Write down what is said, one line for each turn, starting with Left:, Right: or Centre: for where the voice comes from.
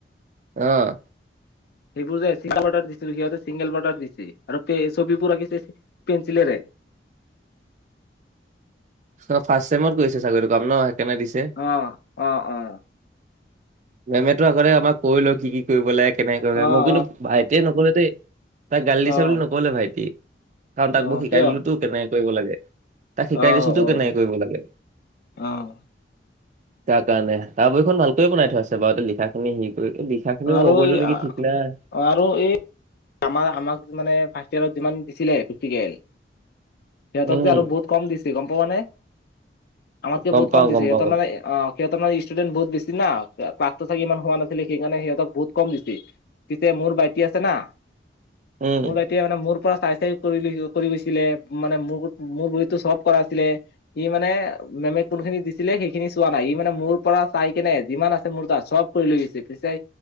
Right: অঁ।
Left: সেইবোৰ যে চিংগল বৰ্ডাৰ দিছিল সিহঁতে চিংগল বৰ্ডাৰ দিছে, আৰু পে ছবিবোৰ আঁকিছে পেঞ্চিলেৰে।
Right: ফাৰ্ষ্ট চেমত কৰিছে চাগৈ এইটো কাম ন সেইকাৰণে দিছে।
Left: অঁ অঁ অঁ।
Right: মেমেতো আগতে আমাক কৈ লয় কি কি কৰিব লাগে, কেনেকে কৰিব লাগে,
Left: অ',
Right: মোৰ কিন্তু ভাইটিয়ে নকৰে দেই। তাক গালি দিছে
Left: অ', অ',
Right: বুলি নকলে ভাইটি, কাৰণ তাক
Left: অ
Right: মই শিকাই
Left: কিয়?
Right: দিলোতো কেনেকে কৰিব লাগে। তাক শিকাই
Left: অ',
Right: দিছো তো
Left: অ',
Right: কেনেকে কৰিব লাগে।
Left: অ',
Right: তাৰ কাৰণে, তাৰ বহিখন ভালকৈ বনাই থোৱা আছে- বাৰুতে লিখাখিনি সি কৰি লিখা খিনিও
Left: আৰু
Right: মই কৰিলোঁ
Left: এই
Right: নেকি ঠিক নাই।
Left: আৰু এই আমাৰ আমাক মানে ফাৰ্ষ্ট ইয়েৰত যিমান দিছিলে প্ৰেক্টিকেল, সিহঁতক
Right: উম,
Left: যে আৰু বহুত কম দিছে গম পোৱা নে? আমাতকে
Right: গম
Left: বহুত
Right: পাওঁ,
Left: কম দিছে,
Right: গম
Left: সিহঁতৰ
Right: পাওঁ কথা।
Left: মানে অ', সিহতৰ মানে ষ্টুডেণ্ট বহুত বেছি না, ক্লাছটো চাগে ইমান হোৱা নছিলে, সেইকাৰণে সিহত বহুত কম দিছে। পিছে মোৰ ভাইটি আছে না,
Right: উম,
Left: মোৰ ভাইটি তেতিয়া মানে মোৰ পৰা চাই চাই কৰি, কৰি গৈছিলে, মানে মোৰ মোৰ বহিততো চব কৰা আছিলে। সি মানে, মেমে কোনখিনি দিছ ছিলে, সেইখিনি চোৱা নাই, ই মানে মোৰ পৰা চাই কেনে যিমান আছে মোৰ তাত, চব কৰি লৈ গৈছে, পিছে